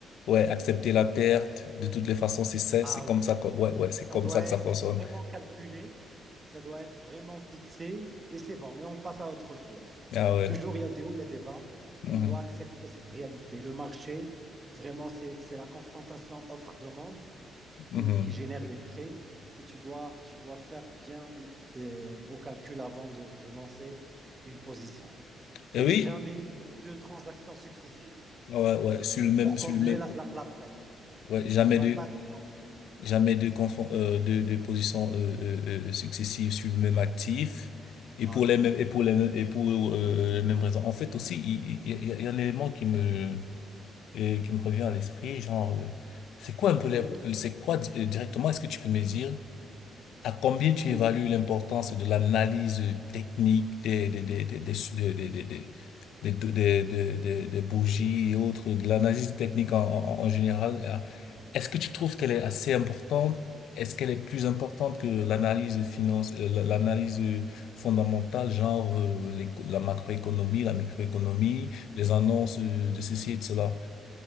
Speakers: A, on the left; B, on the right.
A: ouais, accepter la perte. De toutes les façons, c'est ça,
B: Ah
A: c'est comme
B: oui,
A: ça que, ouais, ouais, c'est
B: ça
A: comme
B: doit
A: ça que
B: être
A: ça fonctionne.
B: vraiment calculé, ça doit être vraiment fixé et c'est bon, et on passe à autre chose.
A: Ah ouais.
B: toujours, il y a des hauts, il y a des bas.
A: Mhm.
B: Et on doit accepter cette réalité. Le marché, vraiment, c'est c'est la confrontation offre-demande
A: Mhm.
B: qui, qui génère les prix. Et tu dois, tu dois faire bien euh, vos calculs avant de, de lancer une position.
A: Et
B: Mais
A: oui,
B: jamais deux transactions successives
A: ouais, ouais, sur le même,
B: pour
A: sur
B: combler
A: le même,
B: la, la- la perte.
A: ouais, jamais
B: Ça ne doit
A: de,
B: pas être comme ça.
A: jamais de confond, euh, de, de positions euh, euh, euh, successive sur le même actif. Et
B: Ah
A: pour
B: ouais.
A: les mêmes, et pour les mêmes, et pour, euh, les mêmes raisons. En fait, aussi, il il- il y, a il y a un élément qui me, et qui me revient à l'esprit, genre, euh, c'est quoi un peu,
B: oui,
A: les- euh, c'est quoi di- euh, directement, est-ce que tu peux me dire à combien tu
B: oui,
A: évalues l'importance de l'analyse technique des, des, des, des, des, su- des, des, des, des- des- des- des- des- des bougies et autres, de l'analyse technique en, en, en général? euh, Est-ce que tu trouves qu'elle est assez importante? Est-ce qu'elle est plus importante que l'analyse finance, euh, la- l'analyse fondamentale, genre euh, les- la macroéconomie, la microéconomie, les annonces euh, de ceci et de cela?